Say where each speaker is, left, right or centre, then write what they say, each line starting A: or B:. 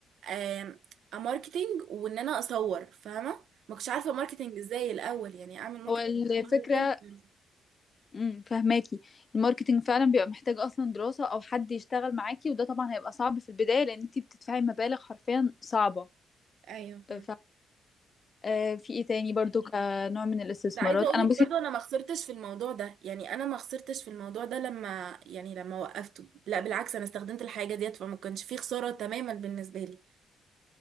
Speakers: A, on the right (about 70°); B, on the left (about 35°).
A: آم، اماركتينج وان انا اصور فاهمه ما كنتش عارفه ماركتينج ازاي الاول يعني اعمل ماركتينج
B: هو الفكرة
A: ازاي مش عارفه
B: امم فهماكي الماركتينج فعلا بيبقى محتاج اصلا دراسة او حد يشتغل معاكي وده طبعا هيبقى صعب في البداية لان انتي بتدفعي مبالغ حرفيا صعبة
A: ايوه فاهمه
B: آه، ف آه، في ايه تاني برضو كنوع من الاستثمارات
A: كنت عايزه اقول
B: انا
A: لك
B: بصي
A: برضه انا ما خسرتش في الموضوع ده يعني انا ما خسرتش في الموضوع ده لما يعني لما وقفته لا بالعكس انا استخدمت الحاجه ديت فما كانش فيه خساره تماما بالنسبه لي